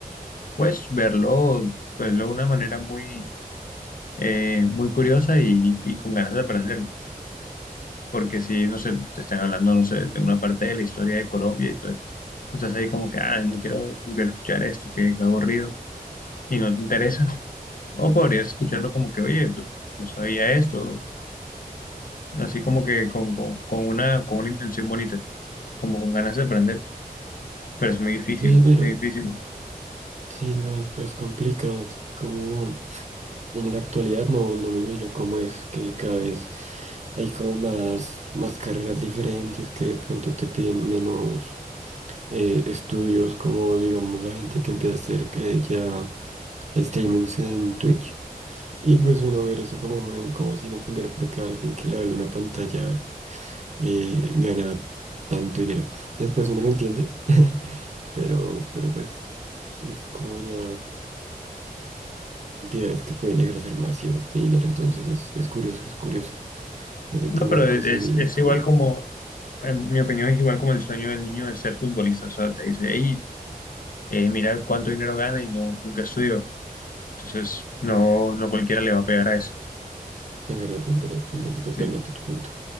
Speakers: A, on the left (about 65°); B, on the right (about 50°).
A: pues verlo, pues verlo de una manera muy eh, muy curiosa y, y con ganas de aprenderlo. Porque si, no sé, te están hablando, no sé, de una parte de la historia de Colombia y todo eso, tú estás ahí como que, ah, no quiero, no quiero escuchar esto, que que aburrido, y no te interesa. O podrías escucharlo como que, oye, pues, no sabía esto, así como que con, con, con una, con una intención bonita, como con ganas de aprender, pero es muy difícil,
B: Eh, Mira,
A: es muy difícil.
B: sí, no, es complicado, es como... En la actualidad no, no me imagino cómo es que cada vez hay como más, más carreras diferentes que de pronto te piden menos eh, estudios, como digamos la gente que empieza a hacer que ya streamings en Twitch. Y pues uno ver eso como joven, como sin entender por qué alguien que le habla una pantalla eh, gana tanto dinero. Después uno lo entiende, <laughs> pero, pero pues es como ya cantidades que pueden llegar a ser masivas de dinero. Entonces es, es curioso, es curioso ese
A: No,
B: tema
A: pero
B: de educación
A: es,
B: y
A: es
B: cómo.
A: igual como, en mi opinión es igual como el sueño del niño de ser futbolista, o sea, te dice, hey, es mirar cuánto dinero gana y no, nunca estudió. Entonces, no, no cualquiera le va a pegar a eso.
B: Es verdad, es verdad, entiendo totalmente
A: Sí,
B: tu punto.